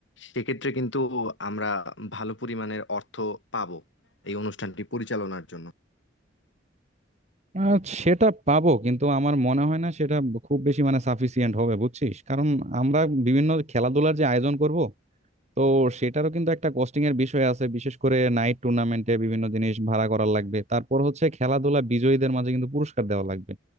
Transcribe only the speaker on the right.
আহ, সেটা পাবো কিন্তু আমার মনে হয় না সেটা খুব বেশি মানে সাফিসিয়েন্ট হবে বুঝছিস কারণ আমরা বিভিন্ন খেলাধুলার যে আয়োজন করব তো সেটারও কিন্তু একটা কস্টিং এর বিষয় আছে বিশেষ করে নাইট টুর্নামেন্টে বিভিন্ন জিনিস ভাড়া করা লাগবে তারপর হচ্ছে খেলাধুলা বিজয়ীদের মাঝে কিন্তু পুরস্কার দেওয়া লাগবে